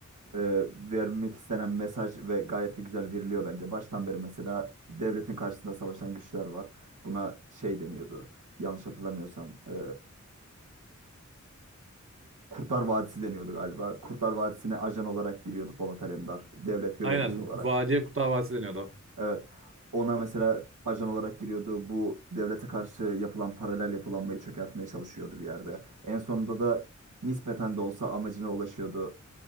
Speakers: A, on the right (about 85°); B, on the right (about 45°).
A: e, vermek istenen mesaj ve gayet de güzel veriliyor bence. Baştan beri mesela devletin karşısında savaşan güçler var. Buna şey deniyordu. Yanlış hatırlamıyorsam, e, Kurtlar Vadisi deniyordu galiba. Kurtlar Vadisi'ne ajan olarak giriyordu Polat Alemdar, devlet görevlisi
B: Aynen
A: olarak.
B: Vadiye Kurt Davası deniyordu.
A: Evet. Ona mesela ajan olarak giriyordu. Bu devlete karşı yapılan paralel yapılanmayı çökertmeye çalışıyordu bir yerde. En sonunda da nispeten de olsa amacına ulaşıyordu.